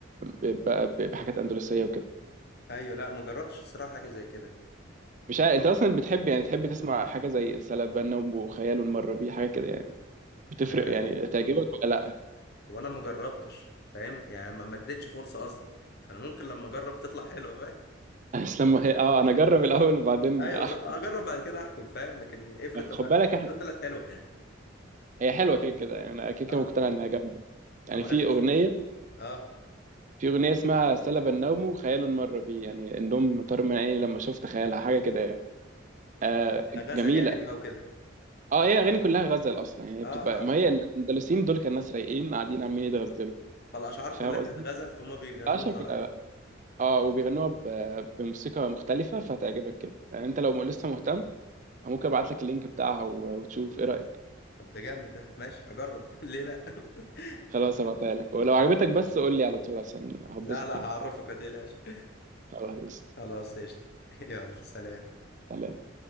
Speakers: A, on the right (about 40°); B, on the left (about 55°).
A: ب... ب... بحاجات اندلسيه وكده
B: ايوه لا ما جربتش الصراحه حاجه زي كده
A: مش عارف انت اصلا بتحب يعني تحب تسمع حاجه زي سلابنا وخيال المره بيه حاجه كده يعني بتفرق
B: آه،
A: يعني تعجبك ولا لا
B: وانا ما جربتش فاهم يعني ما ما اديتش فرصه اصلا فانا ممكن لما اجرب تطلع حلوه فاهم
A: <laughs> بس لما هي اه انا اجرب الاول وبعدين
B: ايوه
A: احكم
B: ز- اجرب بعد كده احكم فاهم لكن افرض
A: خد
B: بقى
A: بالك احنا
B: افرض طلعت حلوه
A: هي حلوه كده كده يعني انا كده كده
B: اه
A: مقتنع انها جامده يعني
B: هو
A: في
B: انا في
A: اغنيه
B: اه
A: في اغنيه اسمها سلب النوم خيال مر بي يعني النوم طار من عيني لما شفت خيالها حاجه كده يعني. آه
B: غزل
A: جميله
B: يعني بقى وكده
A: اه هي اغاني كلها غزل اصلا يعني بتبقى
B: اه اه
A: ما هي الاندلسيين دول كان ناس رايقين قاعدين عمالين يتغزلوا
B: فالاشعار
A: فاهم
B: كلها
A: قصدي؟
B: كانت غزل فهم بيغنوها
A: اشهر كلها
B: بقى
A: اه وبيغنوها ب- بموسيقى مختلفه فهتعجبك جدا يعني انت لو لسه مهتم ممكن ابعت لك اللينك بتاعها و- وتشوف ايه رايك
B: طب ده جامد ده ماشي اجرب <laughs> ليه لا <laughs>
A: خلاص هبعتها لك ولو عجبتك بس قول لي على طول عشان هبسط
B: لا لا
A: يعني
B: هعرفك ما تقلقش
A: خلاص قشطة.
B: خلاص قشطه <laughs> يلا سلام
A: سلام.